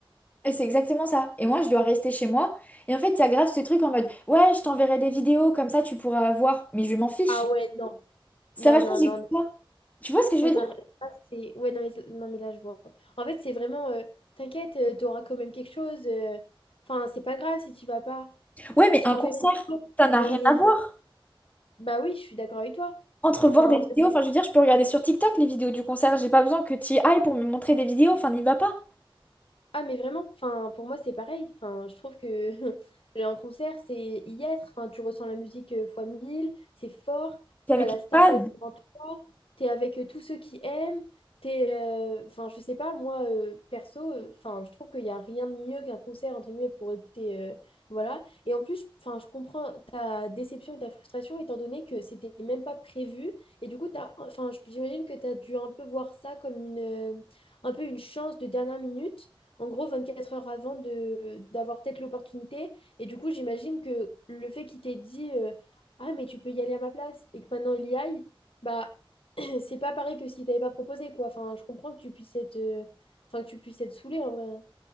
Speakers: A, on the left (about 15°); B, on the left (about 75°).
A: et c'est exactement ça. Et moi, je dois rester chez moi. Et en fait, il y a grave ce truc en mode, ouais, je t'enverrai des vidéos, comme ça, tu pourras voir. Mais je m'en fiche.
B: Ah ouais, non,
A: Ça
B: non,
A: va changer
B: non, non, non.
A: quoi? Tu vois ce
B: Ça
A: que je veux
B: n'a
A: dire?
B: ça, c'est. Ouais, non mais, non, mais là, je vois. En fait, c'est vraiment euh, T'inquiète, euh, t'auras quand même quelque chose. euh, Enfin, c'est pas grave si tu vas pas.
A: Ouais, mais
B: Je
A: un
B: t'enverrai
A: concert,
B: une photo,
A: ça n'a
B: mais.
A: rien à voir.
B: Bah oui, je suis d'accord avec toi.
A: Entre voir
B: Enfin,
A: des vidéos, enfin, je veux dire, je peux regarder sur TikTok les vidéos du concert. J'ai pas besoin que tu y ailles pour me montrer des vidéos. Enfin, n'y va pas.
B: Ah, mais vraiment, enfin, pour moi, c'est pareil. Enfin, je trouve que <laughs> un concert, c'est y être. Enfin, tu ressens la musique euh, fois mille, c'est fort.
A: T'es avec
B: T'as la
A: une
B: star
A: fan.
B: quand même devant toi. T'es avec euh, tous ceux qui aiment. T'es, euh, enfin, je sais pas, moi, euh, perso, euh, enfin, je trouve qu'il n'y a rien de mieux qu'un concert, entre guillemets, pour écouter. euh, voilà. Et en plus, enfin, je comprends ta déception et ta frustration, étant donné que c'était même pas prévu. Et du coup, t'as, enfin, je- j'imagine que t'as dû un peu voir ça comme une, euh, un peu une chance de dernière minute en gros 24 heures avant de d'avoir peut-être l'opportunité. Et du coup, j'imagine que le fait qu'il t'ait dit euh, Ah, mais tu peux y aller à ma place et que maintenant il y aille, bah <clears throat> c'est pas pareil que si t'avais pas proposé, quoi. Enfin, je comprends que tu puisses être, euh, enfin, que tu puisses être saoulé en vrai. hein.